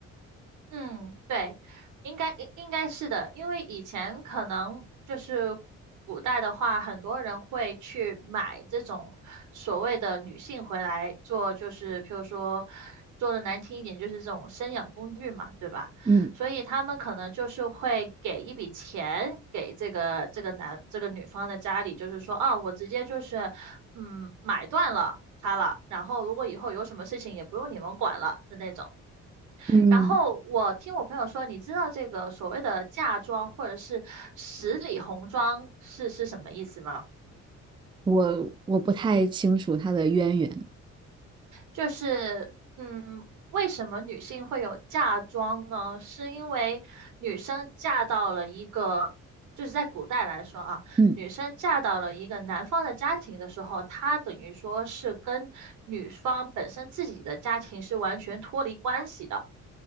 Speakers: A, on the right (about 75°); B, on the right (about 15°).
A: 嗯，对，应该应应该是的，因为以前可能就是古代的话，很多人会去买这种所谓的女性回来做，就是譬如说做的难听一点，就是这种生养工具嘛，对吧？
B: 嗯。
A: 所以他们可能就是会给一笔钱给这个这个男这个女方的家里，就是说，哦，我直接就是嗯买断了他了，然后如果以后有什么事情也不用你们管了的那种。
B: 嗯，
A: 然后我听我朋友说，你知道这个所谓的嫁妆或者是十里红妆是是什么意思吗？
B: 我我不太清楚她的渊源。
A: 就是嗯，为什么女性会有嫁妆呢？是因为女生嫁到了一个，就是在古代来说啊，
B: 嗯
A: 女生嫁到了一个男方的家庭的时候，她等于说是跟女方本身自己的家庭是完全脱离关系的，